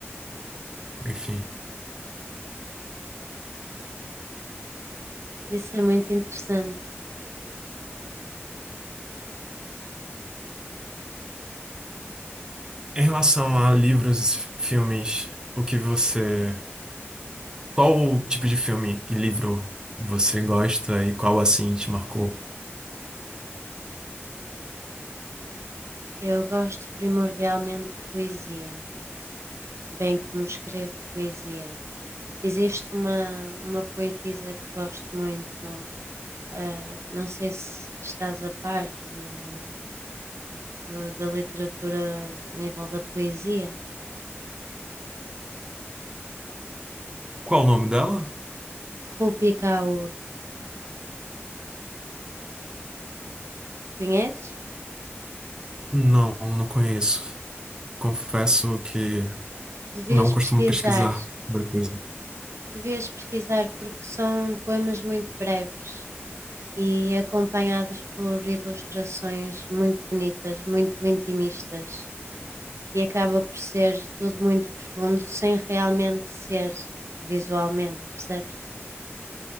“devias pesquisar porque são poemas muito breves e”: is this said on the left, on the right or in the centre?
Right